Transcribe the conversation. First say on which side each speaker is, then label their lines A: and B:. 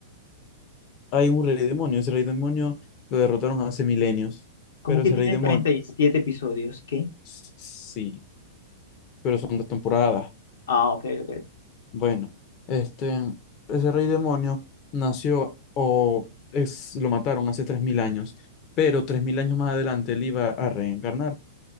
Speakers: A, on the left; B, on the left.
A: hay un rey demonio. Ese rey demonio lo derrotaron hace milenios.
B: ¿Cómo
A: Pero
B: que
A: ese
B: tiene
A: rey demonio,
B: 37 episodios? ¿Qué?
A: sí, pero son dos temporadas.
B: Ah, ok, ok.
A: Bueno, este, ese rey demonio nació o es, lo mataron hace 3.000 años. Pero 3.000 años más adelante él iba a reencarnar